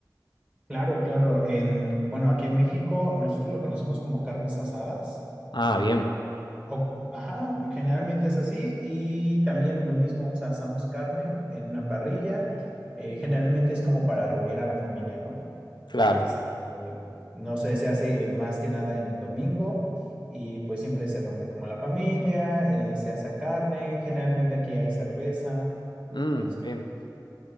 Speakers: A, on the right (about 15°); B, on the left (about 85°).
A: Claro, claro. En, bueno, aquí en México nosotros lo conocemos como carnes asadas.
B: Ah, bien,
A: eh, o, ajá, generalmente es así. Y también lo mismo, o sea, asamos carne en una parrilla. eh, generalmente es como para reunir a la familia, ¿no?
B: claro.
A: Es, eh, no sé, se hace eh, más que nada en domingo y pues siempre se reúne como la familia, eh, se hace carne. Generalmente aquí hay cerveza.
B: Mm,
A: Entonces
B: bien,